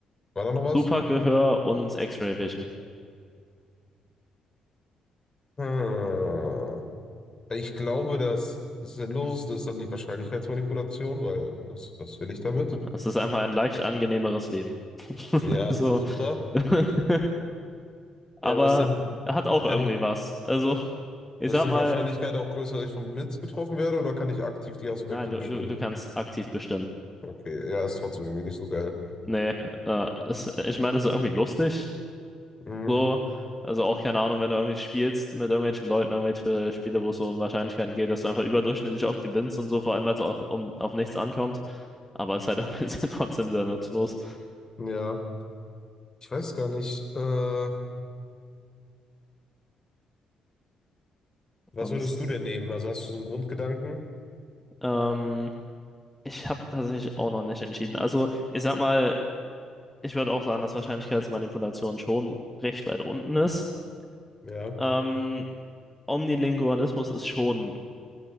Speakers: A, on the left (about 30°); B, in the centre.
A: War da noch was?
B: Supergehör und X-Ray Vision.
A: Hm. Ich glaube, das Sinnloseste ist dann die Wahrscheinlichkeitsmanipulation, weil was, was will ich damit?
B: Es ist einfach ein leicht angenehmeres Leben. <laughs>
A: Ja,
B: So.
A: super.
B: <laughs> Aber
A: Ja, aber ist dann,
B: hat auch irgendwie
A: kann ich,
B: was. Also, ich
A: ist
B: sag
A: dann
B: mal.
A: die Wahrscheinlichkeit auch größer, dass ich vom Blitz getroffen werde oder kann ich aktiv die Aspekte
B: Nein, du,
A: bestimmen?
B: du, du kannst aktiv bestimmen.
A: Okay, ja, ist trotzdem irgendwie nicht so geil.
B: Nee, äh, es, ich meine, es ist irgendwie lustig.
A: Mhm.
B: So, also auch keine Ahnung, wenn du irgendwie spielst mit irgendwelchen Leuten, irgendwelche Spiele, wo es so um Wahrscheinlichkeiten geht, dass du einfach überdurchschnittlich oft gewinnst und so, vor allem, weil es auch um, auf nichts ankommt. Aber es ist halt irgendwie <laughs> sehr- trotzdem sehr nutzlos.
A: Ja. Ich weiß gar nicht, äh, was
B: Sonst,
A: würdest du denn nehmen? Also hast du so einen Grundgedanken?
B: ähm, ich habe tatsächlich auch noch nicht entschieden. Also, ich sag mal, ich würde auch sagen, dass Wahrscheinlichkeitsmanipulation schon recht weit unten ist.
A: Ja.
B: Ähm, Omnilingualismus ist schon